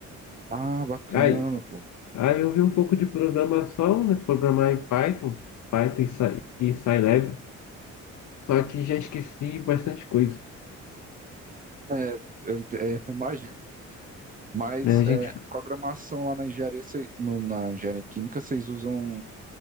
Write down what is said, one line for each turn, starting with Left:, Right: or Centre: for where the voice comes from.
Right: Ah, bacana,
Left: Aí
Right: pô.
Left: Aí eu vi um pouco de programação, né? Programar em Python, Python e Sci- e Scilab, só que já esqueci bastante coisa,
Right: É, eu, ent- é, <laughs> eu imagino. Mas
Left: né? A gente,
Right: é, a programação lá na engenharia, cê- no- na engenharia química, vocês usam